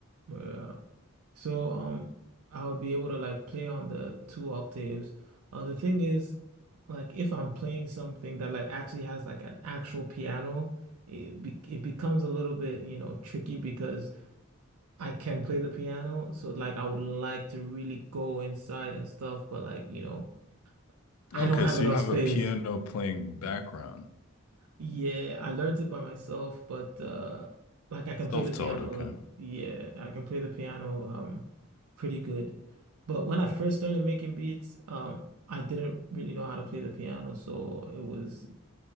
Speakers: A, on the right; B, on the left.
A: Yeah. So um I would be able to like play on the two octaves. Uh the thing is like if I'm playing something that like actually has like an actual piano, it be it becomes a little bit, you know, tricky because I can play the piano, so like I would like to really go inside and stuff, but like, you know, I
B: Okay,
A: don't have
B: so
A: enough
B: you have
A: space.
B: a piano playing background.
A: Yeah, I learned it by myself, but uh like I can
B: Self-taught,
A: play the piano
B: okay.
A: a little bit. Yeah, I can play the piano um pretty good. But when I first started making beats, um I didn't really know how to play the piano, so it was